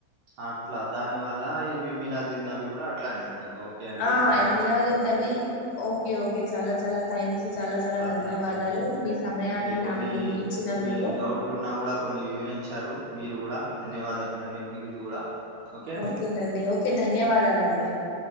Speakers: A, on the right (about 75°); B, on the left (about 80°).
A: అట్లా దాని వల్ల ఈ బి మిలాజ నబీ కూడా అట్లా అన్నాడు ఓకే అండి
B: ఆ
A: ధన్యవాదములు
B: మిలాదున్
A: అండి
B: నబి ఓకే ఓకే చాలా చాలా థ్యాంక్స్ చాలా చాలా ధన్యవాదాలు
A: థ్యాంక్స్ అండి
B: మీ సమయాన్ని
A: మీ కొన్ని
B: నాకు ఇచ్చినందుకు
A: మీ డౌట్లు ఉన్నా కూడా కొన్ని వివరించారు మీరు కూడా ధన్యవాదము అండి మీకుది కూడా ఓకే అండి
B: ఓకేనండి ఓకే ధన్యవాదాలండి